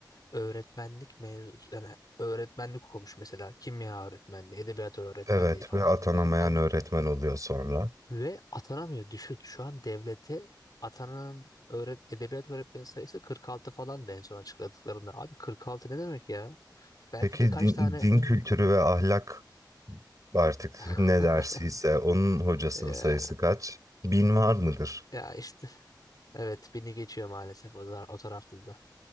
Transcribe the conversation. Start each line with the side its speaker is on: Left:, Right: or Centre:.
Left: öğretmenlik mevzu yani öğretmenlik okumuş mesela kimya öğretmenliği, edebiyat öğretmenliği
Right: Evet
Left: falan.
Right: ve atanamayan
Left: Hani
Right: öğretmen oluyor sonra.
Left: ve atanamıyor düşün. Şu an devlete atanan öğret edebiyat öğretmeni sayısı 46 falan da en son açıkladıklarında. Abi 46 ne demek ya? Belki
Right: Peki
Left: de kaç
Right: din,
Left: tane
Right: din
Left: ün-
Right: kültürü ve ahlak Artık
Left: <laughs>
Right: ne dersiyse onun hocasının
Left: ya,
Right: sayısı kaç? Bin var mıdır?
Left: ya işte evet beni geçiyor maalesef o, tar- o tarafta da.